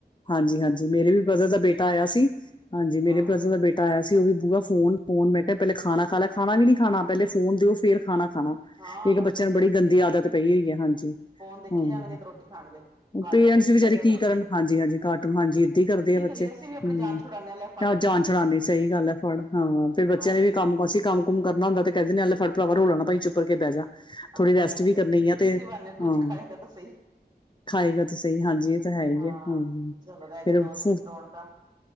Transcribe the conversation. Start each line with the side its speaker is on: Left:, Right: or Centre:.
Left: ਹਾਂਜੀ-ਹਾਂਜੀ‌ ਮੇਰੇ ਵੀ ਬ੍ਰਦਰ ਦਾ ਬੇਟਾ ਆਇਆ ਸੀ, ਹਾਂਜੀ ਮੇਰੇ
Right: ਹਾਂ
Left: ਬ੍ਰਦਰ ਦਾ ਬੇਟਾ ਬੇਟਾ ਆਇਆ ਸੀ ਉਹ ਵੀ ਬੂਆ ਫੋਨ ਫੋਨ, ਮੈਂ ਕਿਹਾ ਪਹਿਲੇ ਖਾਣਾ ਖਾ ਲਾ, ਖਾਣਾ ਵੀ ਨੀ ਖਾਣਾ, ਪਹਿਲੇ ਫੋਨ ਦਿਓ ਫੇਰ ਖਾਣਾ ਖਾਣਾ।
Right: ਹਾਂ
Left: ਇੱਕ
Right: ਬਸ
Left: ਬੱਚਿਆਂ
Right: ਬੱਚੇ
Left: ਨੂੰ ਬੜੀ
Right: ਏਦਾਂ
Left: ਗੰਦੀ
Right: ਹੀ
Left: ਆਦਤ ਪਈ ਹੋਈ ਹੈ ਹਾਂਜੀ।
Right: ਫੋਨ ਦੇਖੀ
Left: ਹਮ,
Right: ਜਾਣਗੇ ਤੇ ਰੋਟੀ ਖਾਣਗੇ ਕਾਰਟੂਨ
Left: ਪੇਰੈਂਟਸ
Right: ਦੇਖੀ
Left: ਵਿਚਾਰੇ
Right: ਜਾਏਗਾ
Left: ਕੀ
Right: ਤੇ ਰੋਟੀ
Left: ਕਰਨ?
Right: ਦੇ
Left: ਹਾਂਜੀ-ਹਾਂਜੀ। ਕਾਰਟੂਨ ਹਾਂਜੀ ਏਦਾਂ ਹੀ ਕਰਦੇ
Right: ਕੀ
Left: ਆ
Right: ਕਰੀਏ
Left: ਬੱਚੇ। ਹਮ
Right: ਅਸੀਂ ਵੀ ਆਪਣੀ ਜਾਨ ਛੁਡਾਨੇ ਆ ਲੈ ਫੜ
Left: ਜਾਨ ਛੜਾਣੀ ਸਹੀ ਗੱਲ ਐ, ਫੜ ਹਾਂ ਫ਼ਿਰ ਬੱਚਿਆਂ
Right: ਫੜ
Left: ਦੇ ਵੀ ਕੰਮ ਅਸੀ ਕੰਮ ਕੁਮ ਕਰਨਾ ਹੁਦਾ ਤੇ ਕਹਿੰਦੇ ਨੇ ਆ, ਲੈ ਫੜ ਭਰਾਵਾ ਰੋਲਾ ਨਾ ਪਾਈ ਚੁੱਪ ਕਰਕੇ ਬਹਿ ਜਾ। ਥੋੜ੍ਹੀ
Right: ਅਸੀਂ
Left: ਰੈਸਟ
Right: ਕਹਿੰਦੇ
Left: ਵੀ
Right: ਚ
Left: ਕਰਨੀ ਆ ਤੇ,
Right: ਇਸੀ ਬਹਾਨੇ
Left: ਹਾਂ
Right: ਕੁੱਝ ਖਾਏਗਾ ਤਾਂ ਸਹੀ
Left: ਖਾਏਗਾ ਤਾਂ ਸਹੀ। ਹਾਂਜੀ, ਇਹ ਤਾਂ ਹੈ ਈ
Right: ਹਾਂ
Left: ਆ। ਹੂੰ
Right: ਚਲੋ ਰਹਿ ਗਏ
Left: ਫੇਰ ਉਹ
Right: ਦੋ
Left: ਫੂ
Right: ਦਿਨ ਰੌਣਕਾਂ